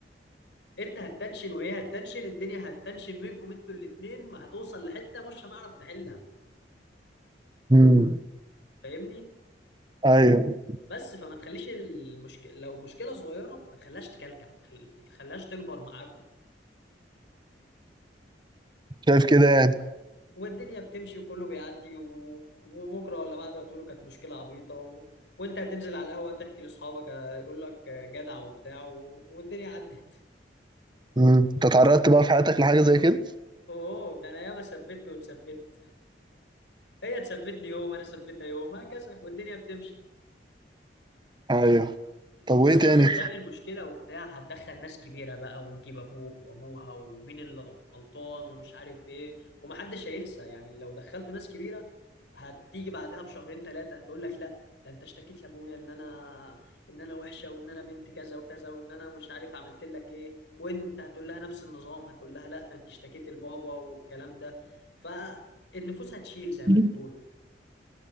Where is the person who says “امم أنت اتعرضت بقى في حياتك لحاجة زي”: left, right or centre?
Right